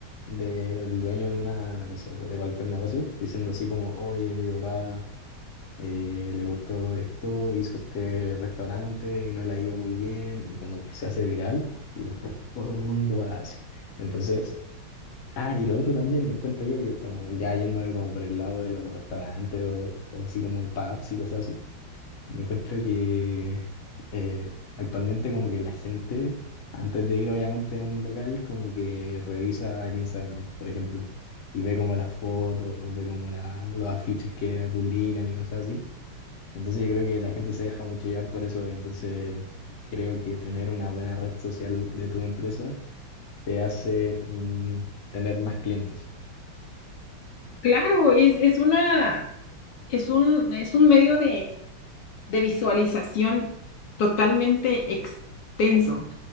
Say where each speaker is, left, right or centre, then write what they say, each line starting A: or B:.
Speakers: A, on the left; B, on the left.
A: del dueño de una, no sé, pues, de cualquier negocio, diciendo así como, oye, mi papá eh, le gustó esto, hizo este restaurante y no le ha ido muy bien y como que se hace viral y después todo el mundo va así. Entonces... Ah, y lo otro también, encuentro yo que, bueno, ya yéndome como por el lado de los restaurantes o, o así como pubs y cosas así, yo encuentro que eh, actualmente como que la gente, antes de ir obviamente a un local, como que revisa el Instagram, por ejemplo, y ve como las fotos, ve como la- los afiches que publican y cosas así. Entonces yo creo que la gente se deja mucho llevar por eso, entonces creo que tener una buena red social de tu empresa te hace mm, tener más clientes.
B: Claro, es, es una, es un, es un medio de, de visualización totalmente extenso.